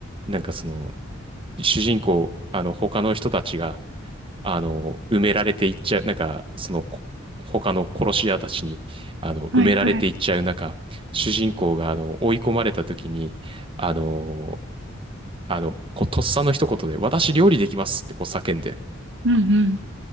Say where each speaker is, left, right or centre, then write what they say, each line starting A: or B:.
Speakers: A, on the right; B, on the right.
A: ーなんかその、主人公、あの、他の人たちが、あのー埋められていっちゃう、なんか、その、こ他の殺し屋たちに、あの、
B: はい、
A: 埋められていっちゃう中、
B: はい。
A: 主人公が、あの、追い込まれた時に、あのーあの、こう、とっさの一言で、私料理できますってこう叫んで、
B: うん、うん。